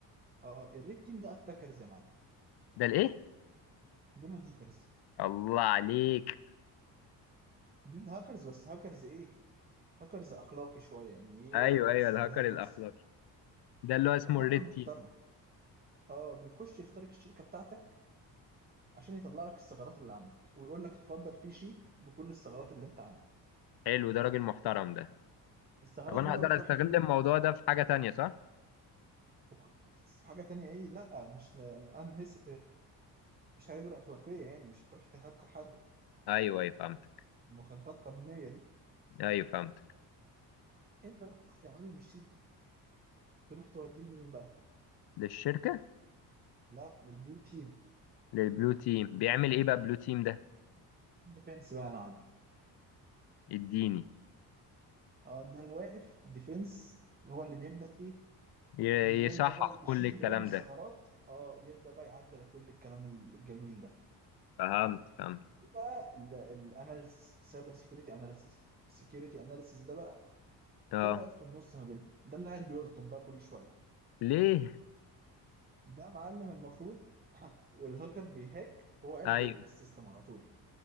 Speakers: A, on the right (about 20°); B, on the left (about 55°).
A: اه الريد تيم ده اتاكرز يا معلم
B: ده الايه
A: دول الهاكرز
B: الله عليك
A: دول هاكرز بس هاكرز ايه هاكرز اخلاقي شويه يعني ايه
B: ايوه ايوه
A: ايثيكال
B: الهاكر
A: هاكرز
B: الاخلاقي ده اللي هو اسمه
A: هاكر
B: الريد
A: محترم
B: تيم
A: اه بيخش يخترق الشركه بتاعتك عشان يطلع لك الثغرات اللي عندك ويقول لك اتفضل في شيت بكل الثغرات اللي انت عندك
B: حلو ده راجل محترم ده
A: الثغرات
B: طب انا
A: دي
B: اقدر
A: بقى بتروح
B: استغل
A: لمين
B: الموضوع ده في حاجه تانية صح
A: في كل في حاجة تانية ايه لا مش انهس مش حاجة غير أخلاقية يعني مش هتروح تهكر حد
B: ايوه ايوه فهمتك
A: المخالفات القانونية دي
B: ايوه فهمتك
A: انت بقى بتاخد يا معلم الشيت ده تروح توديه لمين بقى
B: للشركه
A: لا للبلو تيم
B: للبلو تيم بيعمل ايه بقى بلو تيم ده
A: الديفنس بقى يا معلم
B: اديني
A: اه ده الواقف ديفنس هو اللي بيبدأ ايه
B: ي-
A: ي-
B: يصحح
A: يبدأ بقى الشيت
B: كل الكلام
A: اللي جاله من الثغرات
B: ده
A: اه يبدأ بقى يعدل كل الكلام الجميل ده
B: فهمت فهمت
A: في بقى الاناليسيس سايبر سيكيورتي اناليسيس سيكيورتي اناليسيس ده بقى
B: اه
A: ده اللي واقف في النص ما بينهم ده اللي قاعد بيلطم بقى كل شوية
B: ليه
A: ده معلم المفروض والهاكر بيهاك هو قاعد
B: ايوه
A: بيراقب السيستم على طول